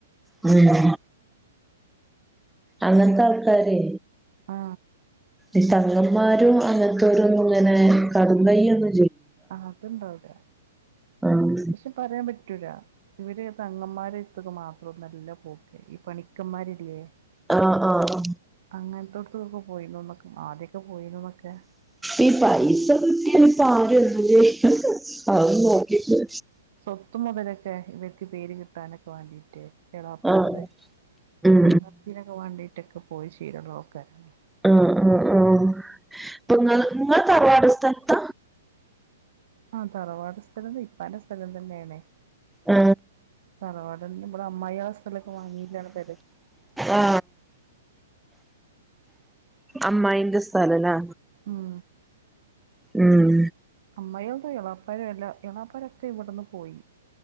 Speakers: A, in the centre; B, on the right (about 60°).
A: മൊതലോ അങ്ങനത്തെ ആൾക്കാരെ
B: ആ
A: ഇല്ല അങ്ങൻനാരും അങ്ങനത്തൊരുന്നും ഇങ്ങനെ കടും കയ്യൊന്ന
B: അത്ണ്ടാവൂല
A: ആഹ്
B: പക്ഷെ പറയാൻ പറ്റൂല ഇവര് തങ്ങന്മാരെടുത്തക് മാത്രല്ല പോക്ക് ഈ പണിക്കന്മാരില്ലേ
A: അഹ്‌ ആഹ്
B: അങ്ങൻത്തോട്ത്ത്ക്കൊക്കെ പോയിന്നോന്നൊക്കെ. ആദ്യക്കെ പോയിന്നുന്നൊക്കെ
A: ഈ പൈസ കിട്ടിട്ട് ഇപ്പം ആരൊന്തും ചെയ്യും അത് നോക്കിട്ട്
B: സ്വത്തും മുതലൊക്കെ ഇവർക്ക് പേര് കിട്ടാനൊക്ക വാണ്ടിട്ട് കേളാപ്പരുത
A: ആഹ് ഉം
B: അങ്ങത്തിനൊക്കെ വേണ്ടിട്ടൊക്കെ പോയി <unintelligible> ആൾക്കാരാണ്
A: ആ ആ ആ അപ്പൊ നിങ്ങള് നിങ്ങ തറവാട് സ്ഥലത
B: ആ തറവാട് സ്ഥലം ഇപ്പാന്റെ സ്ഥലം തന്നെയാണേ
A: ആ
B: തറവാട ഇവിടെ അമ്മായി ആ സ്ഥലമൊക്കെ വാങ്ങീട്ടാണ് ത
A: ആ അമ്മായിന്റെ സ്ഥലല്ലാ
B: ഉം
A: ഉം
B: അമ്മ <unintelligible> എളാപ്പരംല്ല എളാപ്പരൊക്കെ ഇവിടെന്ന് പോയി